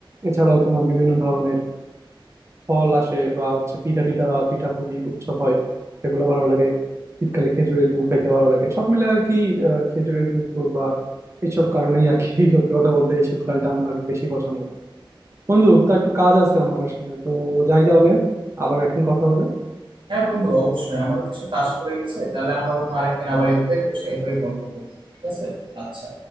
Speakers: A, on the right; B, on the right.
A: এছাড়াও তোমার বিভিন্ন ধরনের ফল আসে বা হচ্ছে পিঠা টিঠা বা পিঠা পুলির উৎসব হয় সেগুলো ভালো লাগে শীতকালে খেজুরের গুড় খাইতে ভালো লাগে সব মিলে আর কি আহ, খেজুরের গুড় টুড় বা এসব কারণেই আর কি <laughs> সত্যি কথা বলতে এই শীতকালটা আমার বেশি পছন্দ বন্ধু তা একটু কাজ আছে আমার আসলে তো যাই তাহলে আবার একদিন কথা হবে
B: হ্যাঁ বন্ধু অবশ্যই আমারও কিছু কাজ পড়ে গেছে তাহলে আমরা অন্য আরেকদিন আবার এভাবে বসে এভাবে গল্প করবো ঠিক আছে আচ্ছা